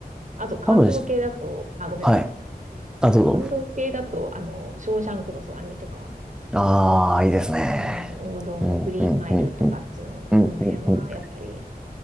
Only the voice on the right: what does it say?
あと、感動系だと、
あ、ごめんなさい。
感動系だと、あの、ショーシャンクの空にとか、
うん、王道のグリーンマイルとか、
あっちの、
その辺は、
やっぱり